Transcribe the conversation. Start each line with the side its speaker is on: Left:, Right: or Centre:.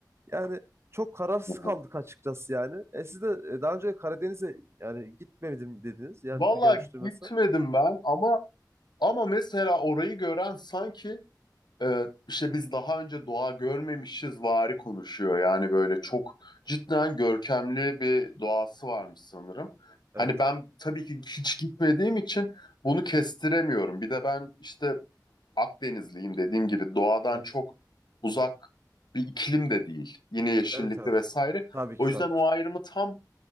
Right: Yani çok kararsız
Left: <laughs>
Right: kaldık açıkçası yani. E siz de e, daha önce Karadeniz'e yani gitmedim dediniz. Yani
Left: Valla
Right: du- yanlış duymasam.
Left: gitmedim ben ama Ama mesela orayı gören sanki e, işte biz daha önce doğa görmemişiz vari konuşuyor. Yani böyle çok cidden görkemli bir doğası varmış sanırım.
Right: Evet.
Left: Hani ben tabii ki hiç gitmediğim için bunu kestiremiyorum. Bir de ben işte Akdenizliyim dediğim gibi doğadan
Right: Evet.
Left: çok uzak bir iklim de değil. Yine yeşillikli
Right: Evet evet.
Left: vesaire.
Right: Tabii
Left: O
Right: ki
Left: yüzden
Right: tabii
Left: o
Right: ki.
Left: ayrımı tam